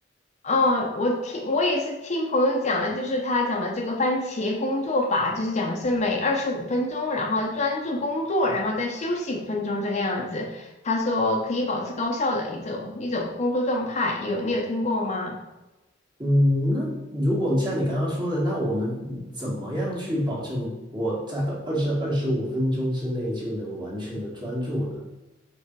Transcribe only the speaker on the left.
嗯，我听我也是听朋友讲的，就是他讲的这个番茄工作法，就是讲的是每二十五分钟，然后专注工作，然后再休息五分钟这个样子。他说可以保持高效的一种一种工作状态，有你有听过吗？